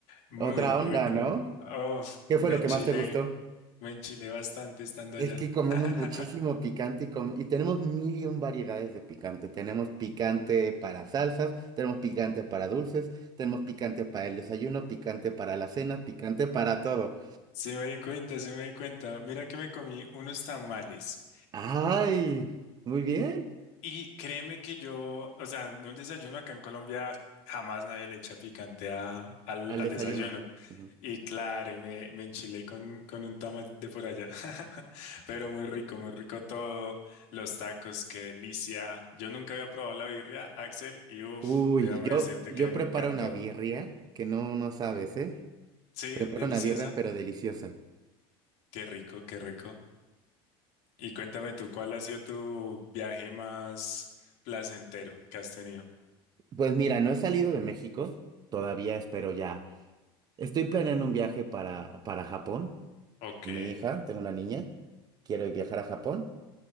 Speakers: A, on the left (about 55°); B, on the right (about 30°).
A: Muy
B: Otra
A: rico.
B: onda, ¿no?
A: Uff,
B: ¿Qué fue
A: me
B: lo
A: enchilé,
B: que más te gustó?
A: me enchilé bastante estando
B: Es
A: allá.
B: que comemos
A: <laughs>
B: muchísimo picante y, com- y tenemos mil y un variedades de picante. Tenemos picante para salsas, tenemos picante para dulces, tenemos picante para el desayuno, picante para la cena, picante para todo.
A: Sí me di cuenta, sí me di cuenta. Mira que me comí unos tamales.
B: ¡Ay! Muy bien.
A: Y créeme que yo, o sea, en un desayuno acá en Colombia jamás nadie le echa picante a- al,
B: Al
A: al
B: desayuno.
A: desayuno.
B: Ujú.
A: Y claro, y me, me enchilé con, con un tamal de por allá. <laughs> Pero muy rico, muy rico todo. Los tacos, qué delicia. Yo nunca había probado la birria, Axel, y uff,
B: Uy,
A: déjame
B: yo,
A: decirte
B: yo
A: que
B: preparo
A: me encantó.
B: una birria que no, no sabes, ¿eh?
A: Sí,
B: Preparo
A: deliciosa.
B: una birria, pero deliciosa.
A: Qué rico, qué rico. Y cuéntame tú, ¿cuál ha sido tu viaje más placentero que has tenido?
B: Pues mira, no he salido de México, todavía espero ya. Estoy planeando un viaje para, para Japón
A: Ok.
B: con mi hija, tengo una niña, quiero viajar a Japón,